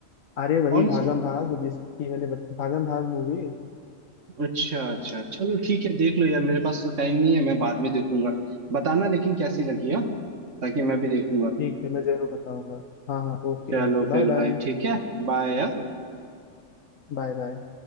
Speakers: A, on the left (about 75°); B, on the right (about 65°).
A: अरे वही
B: कौन
A: भागम
B: सी
A: भाग जिसकी मैंने बत- भागम भाग मूवी
B: अच्छा अच्छा चलो ठीक है देख लो यार मेरे पास तो टाइम नहीं है मैं बाद में देखूंगा बताना लेकिन कैसी लगी हाँ ताकि मैं भी देखूंगा
A: ठीक है मैं जरूर बताऊंगा हाँ हाँ okay
B: चलो
A: okay bye
B: फिर
A: bye
B: भाई ठीक है बाय
A: Bye bye